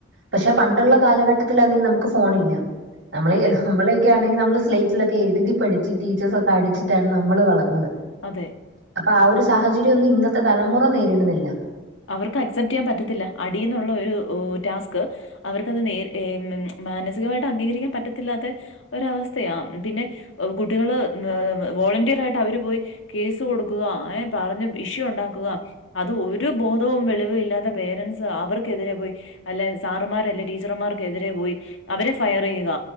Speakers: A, on the right; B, on the left.
A: പക്ഷെ പണ്ടുള്ള കാലഘട്ടത്തിലാണെങ്കിൽ നമുക്ക് ഫോൺ ഇല്ല നമ്മൾ
B: അതെ,
A: നമ്മള് ക്കെ ആണെങ്കിൽ നമ്മള് സ്ലൈറ്റിലൊക്കെ എഴുതി പഠച്ച് ടീച്ചേഴ്സൊക്കെ അടിച്ചിട്ടാണ് നമ്മള് വളർന്നത്.
B: അതെ
A: അപ്പൊ ആ ഒരു സാഹചര്യോന്നും ഇന്നത്തെ തലമുറ നേരിടുന്നില്ല
B: അവർക്ക് അക്സെപ്റ്റ് ചെയ്യാൻ പറ്റത്തില്ല അടീന്നുള്ള ഒരു ടാസ്ക് അവർക്കത് നേരി മാനസികമായിട്ട് അംഗീകരിക്കാൻ പറ്റത്തില്ലാത്തെ ഒരവസ്ഥയാ പിന്നെ കുട്ടികള് വോളന്റിയർ ആയിട്ട് അവര് പോയി കേസ് കൊടുക്കുക ഏ പറഞ്ഞ ഇഷ്യു ഉണ്ടാക്കുക അത് ഒരു ഒരു ബോധവും വെളിവും ഇല്ലാത്ത പേരൻറ്സ് അവർക്കെതിരെ പോയി അല്ല സാറുമാരല്ലെ ടീച്ചർമാർക്ക്‌ എതിരെ പോയി അവരെ ഫയർ ചെയ്യുക